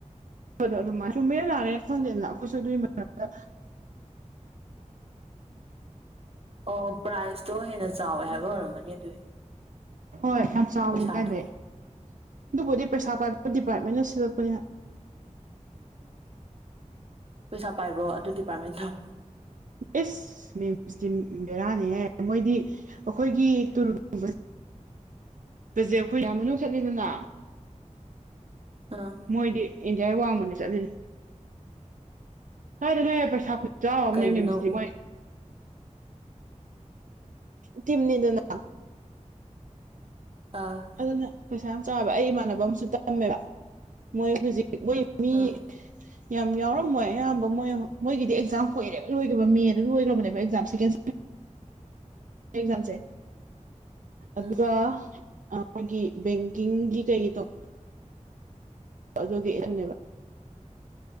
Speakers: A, on the right; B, on the right.
A: ꯗ ꯑꯗꯨꯃꯥꯏ ꯆꯨꯝꯃꯦ ꯌꯥꯔꯦ <inaudible> ꯈꯪꯗꯦꯅ ꯑꯩꯈꯣꯏꯁꯨ ꯑꯗꯨꯒꯤ ꯃꯔꯅ
B: ꯑꯣ ꯄ꯭ꯔꯥꯏꯖꯇꯣ ꯍꯦꯟꯅ ꯆꯥꯎꯋꯦ ꯍꯥꯏꯕ ꯑꯣꯏꯔꯝꯃꯅꯤ ꯑꯗꯨꯗꯤ
A: ꯍꯣꯏ ꯌꯥꯝ ꯆꯥꯎꯋꯤ
B: ꯄꯩꯁꯥꯗꯣ
A: ꯀꯥꯏꯗꯩ ꯑꯗꯨꯕꯨꯗꯤ ꯄꯩꯁꯥ ꯄꯥꯏꯕ ꯗꯤꯄꯥꯔꯠꯃꯦꯟꯅ ꯁꯤꯜꯂꯛꯄꯅꯤꯅ
B: ꯄꯩꯁꯥ ꯄꯥꯏꯕ꯭ꯔꯣ ꯑꯗꯨ ꯗꯤꯄꯥꯔꯠꯃꯦꯟ ꯗꯣ
A: ꯑꯦꯁ ꯃꯦꯝꯁꯇꯤ ꯕꯦꯔꯥꯅꯤꯍꯦ ꯃꯣꯏꯗꯤ ꯑꯩꯈꯣꯏꯒꯤ ꯇꯨꯔꯒꯕꯁꯦ ꯑꯩꯈꯣꯏ ꯢꯟꯗꯤꯌꯥ ꯃꯅꯨꯡ ꯆꯠꯂꯤꯗꯅ
B: ꯑꯥ
A: ꯃꯣꯏꯗꯤ ꯏꯟꯗꯤꯌꯥꯒꯤ ꯋꯥꯡꯃꯅꯦ ꯆꯠꯂꯤꯁꯦ ꯀꯥꯏꯗꯩꯅꯣꯍꯦ ꯄꯩꯁꯥ ꯈꯨꯆꯥꯎ ꯑꯃꯅꯦ
B: ꯀꯩꯒꯤꯅꯣ
A: ꯃꯤꯝꯁꯇꯤ ꯃꯣꯢ ꯇꯝꯅꯤꯗꯅ
B: ꯑꯥ
A: ꯑꯗꯨꯅ ꯄꯩꯁꯥ ꯌꯥꯝ ꯆꯥꯎꯑꯦꯕ ꯑꯩ ꯏꯃꯥꯟꯅꯕ ꯑꯃꯁꯨ ꯇꯝꯃꯦꯕ ꯃꯣꯏ ꯍꯧꯖꯤꯛ ꯃꯣꯏ ꯃꯤ
B: ꯑꯥ
A: ꯌꯥꯝ ꯌꯥꯎꯔꯝꯃꯣꯏ ꯑꯌꯥꯝꯕ ꯃꯣꯏ ꯃꯣꯏꯒꯤꯗꯤ ꯑꯦꯛꯖꯥꯝ ꯀꯣꯏꯔꯦ ꯂꯣꯏꯈꯤꯕ ꯃꯦꯗ ꯂꯣꯏꯈ꯭ꯔꯕꯅꯦꯕ ꯑꯦꯛꯖꯥꯝ ꯁꯦꯀꯦꯟ ꯑꯦꯛꯖꯥꯝꯁꯦ ꯑꯗꯨꯒ
B: ꯎꯝ
A: ꯃꯥꯒꯤ ꯕꯦꯡꯀꯤꯡꯒꯤ ꯀꯩꯒꯤ ꯇꯧ ꯑꯗꯨꯒꯤ ꯑꯗꯨꯅꯦꯕ